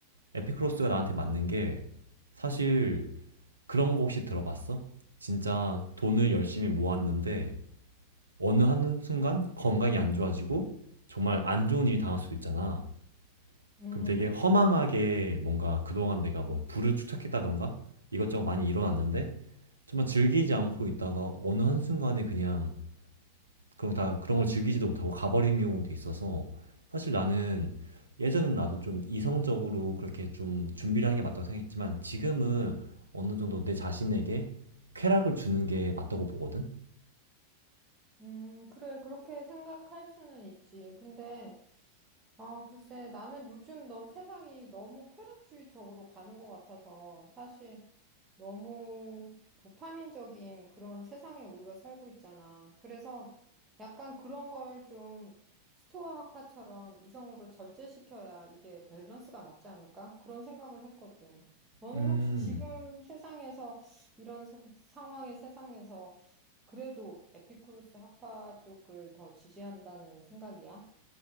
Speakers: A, on the right; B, on the right.
A: 에피크로스가 나한테 맞는 게, 사실, 그런 거 혹시 들어봤어? 진짜 돈을 열심히 모았는데, 어느
B: 음.
A: 한순간 건강이 안 좋아지고, 정말 안 좋은 일이 당할 수도 있잖아.
B: 음,
A: 그럼 되게
B: 그치.
A: 허망하게 뭔가 그동안 내가 뭐 부를 축적했다던가, 이것저것 많이 일어났는데, 정말 즐기지 않고 있다가 어느 한순간에 그냥 그럼 다 그런 걸 즐기지도 못하고 가버린 경우도 있어서 사실 나는 예전엔 나도 좀 이성적으로 그렇게 좀 준비를 하는 게 맞다고 생각했지만 지금은 어느 정도 내 자신에게 쾌락을 주는 게 맞다고 보거든?
B: 음, 그래, 그렇게 생각할 수는 있지. 근데, 아, 글쎄, 나는 요즘 너무 세상이 너무 쾌락주의적으로 가는 것 같아서 사실 너무 도파민적인 그런 세상에 우리가 살고 있잖아. 그래서 약간 그런 걸 좀 스토아 학파처럼 이성으로 절제시켜야 이게 밸런스가 맞지 않을까? 그런 생각을 했거든. 너는
A: 음,
B: 혹시 지금 세상에서 이런 세- 상황의 세상에서 그래도 에피쿠로스 학파 쪽을 더 지지한다는 생각이야?